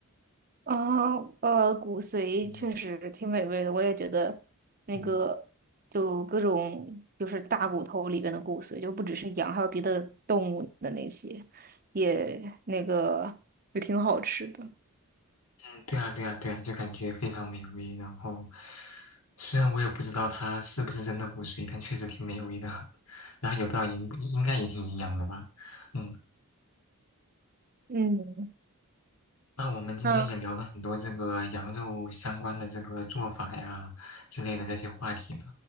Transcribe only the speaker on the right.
啊呃，骨髓确实挺美味的，
我也觉得那个就各种就是大骨头里边的骨髓，
就不只是羊，还有别的动物的那些，也那个也挺好吃的。
嗯，
那